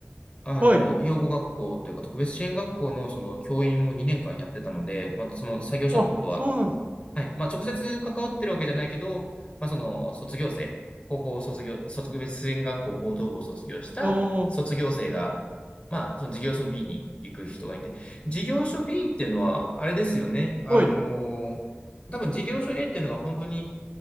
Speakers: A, on the left; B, on the right.
A: あの、
B: はい。
A: 養護学校というか、特別支援学校のその教員も2年間やってたので、まあ、その作業所のことは、
B: あ、そうなんです。
A: はい、まあ、直接関わってるわけじゃないけど、まあ、その、卒業生、高校卒業、特別支援学校高等部を卒業した卒業生が、
B: あー
A: まあ、その事業所 B に行く人がいて、事業所 B っていうのは、あれですよね、
B: はい。
A: あの、多分事業所 A っていうのが本当に、